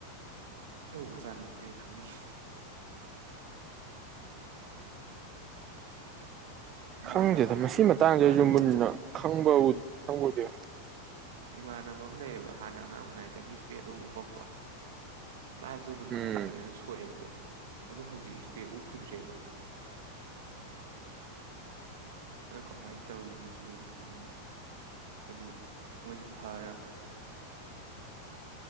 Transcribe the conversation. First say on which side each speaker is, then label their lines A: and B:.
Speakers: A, on the right; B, on the right.
A: ꯇꯧꯕ ꯖꯥꯠꯅꫭꯁꯤꯅꯤ ꯑꯩꯅ ꯈꯪꯅꯤꯡꯉꯤꯁꯤ ꯏꯃꯥꯟꯅꯕꯒꯗꯣ
B: ꯈꯪꯗꯦꯗ ꯃꯁꯤ ꯃꯇꯥꯡꯁꯦ
A: ꯏꯃꯥꯟꯅꯕ
B: ꯑꯩꯁꯨ ꯃꯨꯟꯅ
A: ꯑꯃ
B: ꯈꯪꯕ ꯈꯪꯎꯗꯦ
A: ꯏꯃꯥꯟꯅꯕ ꯑꯝ ꯂꯩꯌꯦꯕ ꯍꯥꯟꯅ ꯑꯉꯥꯡ ꯑꯣꯏꯔꯤꯉꯩꯗꯒꯤ ꯁ꯭ꯄꯦꯠ ꯑꯗꯨꯝ ꯎꯄꯛꯄ ꯃꯥꯏꯗꯣ ꯑꯗꯨꯝ ꯃꯃꯤꯠꯇꯣ
B: ꯎꯝ
A: ꯐꯖꯅ ꯁꯣꯛꯑꯦꯕꯀꯣ ꯑꯗꯣ ꯍꯧꯖꯤꯛ ꯏꯁꯄꯦꯛ ꯎꯞꯈꯤꯗ꯭ꯔꯦꯕ ꯑꯗꯣ ꯀꯃꯥꯏꯅ ꯇꯧꯔꯤꯅꯣ ꯁꯤꯅꯦ ꯑꯩꯅ ꯈꯪꯅꯤꯡꯉꯁꯤ ꯍꯥꯏꯗꯤ ꯃꯣꯏꯁꯤ ꯐꯔ